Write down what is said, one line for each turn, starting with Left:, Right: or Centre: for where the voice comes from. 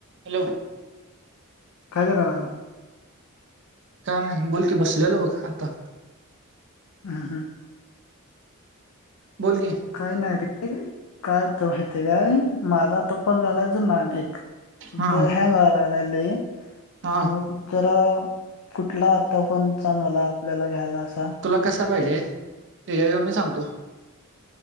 Right: हॅलो!
Left: काय करायला?
Right: काय नाही. बोल की, बसलेलो बघ, आता
Left: हम्म हम्म.
Right: बोल के.
Left: काय नाही रे. काय होतय माहितीय काय? माझा तो फोन झालाय जुना एक, तो
Right: हा
Left: हँग व्हाय लागलाय लई,
Right: हा
Left: मग जरा, कुठला आता फोन चांगला आपल्याला घ्यायला असा?
Right: तुला कसा पाहिजे? त्याज्या हेज्यावर मी सांगतो.